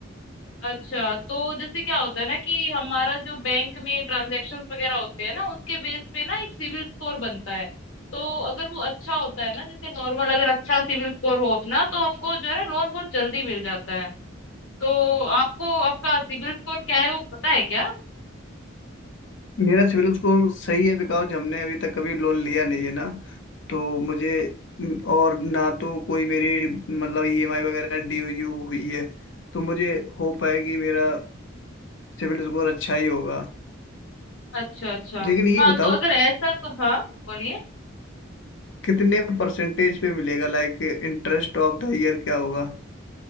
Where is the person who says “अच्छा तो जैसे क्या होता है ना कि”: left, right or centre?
Left